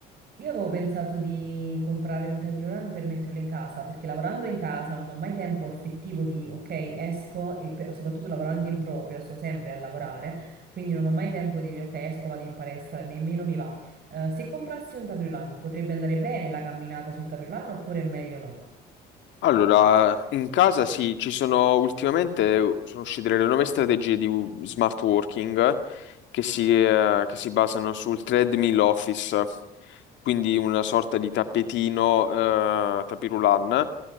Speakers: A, on the right (about 55°); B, on the left (about 70°).
A: Io avevo pensato di comprare un table run per metterlo in casa, perché lavorando in casa non ho mai tempo effettivo di, ok, esco e pe- soprattutto lavorando in proprio, sto sempre a lavorare, quindi non ho mai tempo di dire, ok, esco, vado in palestra, nemmeno mi va. Eh, se comprassi un table run, potrebbe andare bene la camminata sul table run oppure è meglio no?
B: Allora, in casa sì, ci sono ultimamente sono uscite le nuove strategie di smart working che si, eh, che si basano sul treadmill office, quindi una sorta di tappetino, eh, tapis roulant